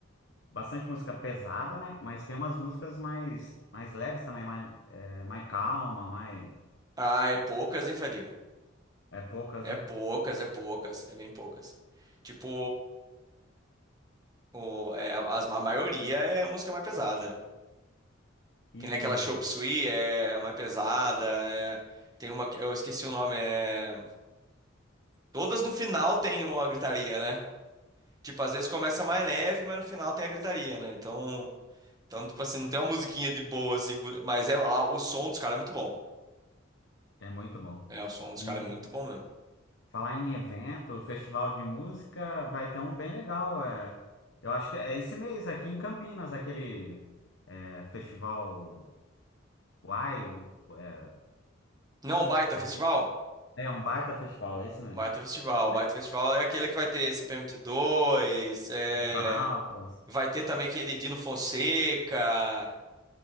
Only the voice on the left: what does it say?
bastante música pesada, né? Mas tem umas músicas mais, mais leves também, mais, é, mais calma, mais
é, poucas,
né?
E
é muito bom.
E
falar em evento, festival de música, vai ter um bem legal. É, eu acho que é esse mês aqui em Campinas, aquele é, festival Uai, o- é,
aquele,
é um baita festival, é esse mesmo.
Vai-
Detonautas.